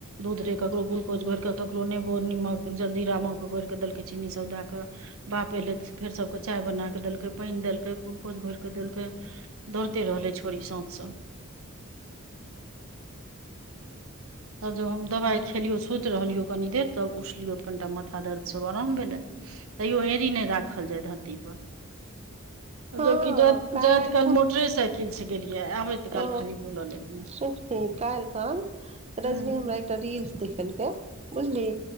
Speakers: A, on the right (about 80°); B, on the right (about 30°).
A: दूध रे ककरो ग्लुकोज घोरि कऽ ककरो नेबो निमक जल्दीरामक घोरि कऽ देलकै चीनीसभ दए कऽ बाप एलै तऽ फेर सभके चाय बना कऽ देलकै पानि देलकै गुलकोच घोरि कऽ देलकै दौड़ते रहलै छोड़ी सौझसँ तब जब हम दबाइ खेलियौ सुति रहलियौ कनि देर तब उठलियौ तऽ कनिटा मथा दर्दसभ आराम भेलै तैयो एड़ी नय राखल जाय धरती पर
B: हँ
A: जबकि जा
B: काल्हि
A: जाइत काल मोटरेसइकिल से गेलियै आबैत काल
B: अ
A: खाली बुलऽ लेलियै
B: छोटकी कालखान
A: हूँ
B: रजनी हमरा एकटा रील्स देखेलकै बुझली